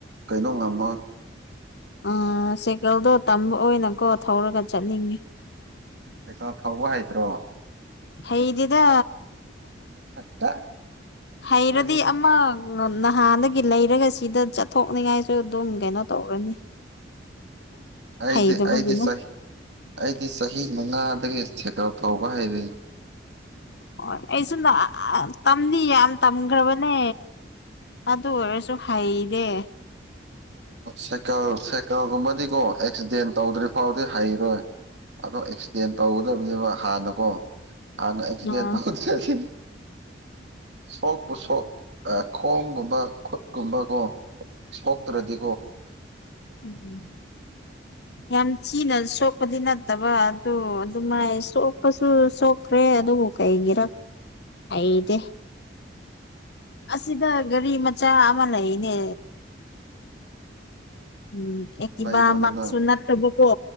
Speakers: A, on the right; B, on the left.
A: ꯀꯩꯅꯣ ꯉꯝꯃꯣꯏ
B: ꯑꯥ ꯁꯥꯏꯀꯜꯗꯣ ꯇꯝꯕ ꯑꯣꯏꯅꯀꯣ ꯊꯧꯔꯒ ꯆꯠꯅꯤꯡꯉꯦ
A: ꯀꯩꯁ ꯐꯥꯎꯕ ꯍꯥꯏꯗ꯭ꯔꯣ
B: ꯍꯩꯗꯤꯗ
A: ꯍꯦꯛꯇ
B: ꯍꯩꯔꯗꯤ
A: ꯂꯣꯏꯔꯦꯗ
B: ꯑꯃꯃ ꯅꯍꯥꯟꯗꯒꯤ ꯂꯩꯔꯒ ꯁꯤꯗ ꯆꯠꯊꯣꯛ ꯄꯣꯛꯅꯤꯡꯉꯥꯏꯁꯨ ꯑꯗꯨꯝ ꯀꯩꯅꯣ ꯇꯧꯔꯅꯤ
A: ꯑꯩꯗꯤ
B: ꯍꯩꯇꯕꯒꯤꯅ
A: ꯑꯩꯗꯤ ꯆꯍꯤ ꯑꯩꯗꯤ ꯆꯍꯤ ꯃꯉꯥꯗꯒꯤ ꯁꯥꯏꯀꯜ ꯊꯧꯕ ꯍꯩꯔ
B: ꯍꯣꯏ ꯑꯩ ꯁꯨꯝ ꯇꯝꯗꯤ ꯌꯥꯝ ꯇꯝꯈ꯭ꯔꯕꯅꯦ ꯑꯗꯨ ꯑꯣꯏꯔꯁꯨ ꯍꯩꯗꯦ
A: ꯁꯥꯏꯀꯜ ꯁꯥꯏꯀꯜꯒꯨꯝꯕꯗꯤꯀꯣ ꯑꯦꯛꯁꯤꯗꯦꯟ ꯇꯧꯗ꯭ꯔꯤ ꯐꯥꯎꯗꯤ ꯍꯩꯔꯣꯏ ꯑꯣ ꯑꯦꯛꯁꯤꯗꯦꯟ ꯇꯧꯒꯗꯕꯅꯦꯕ ꯍꯥꯟꯅꯀꯣ ꯍꯥꯟꯅ ꯑꯦꯛꯁꯤꯗꯦꯟ
B: ꯑꯥ
A: ꯇꯧꯗ꯭ꯔꯦ ꯑꯁꯤ ꯁꯣꯛꯄ ꯁꯣꯛ ꯈꯣꯡꯒꯨꯝꯕ ꯈꯨꯠ ꯀꯨꯝꯕ ꯀꯣ ꯁꯣꯛꯇ꯭ꯔꯗꯤ
B: ꯎꯝ ꯌꯥꯝ ꯆꯤꯅ ꯁꯣꯛꯄꯗꯤ ꯅꯠꯇꯕ ꯑ ꯑꯗꯨꯃꯥꯏ
A: ꯎꯝ
B: ꯁꯣꯛ ꯀꯄꯁꯨ ꯁꯣꯛꯈ꯭ꯔꯦ ꯑꯗꯨꯕꯨ ꯀꯩꯒꯤꯔ ꯑꯩꯗꯦ ꯑꯁꯤꯗ ꯒꯥꯔꯤ ꯃꯆꯥ ꯑꯃ ꯂꯩꯅꯦ ꯎꯝ ꯑꯦ ꯀꯕ
A: ꯂꯩꯔꯣꯗꯅ
B: ꯑꯃꯥꯛ ꯁꯨꯡ ꯅ ꯇ ꯀꯣ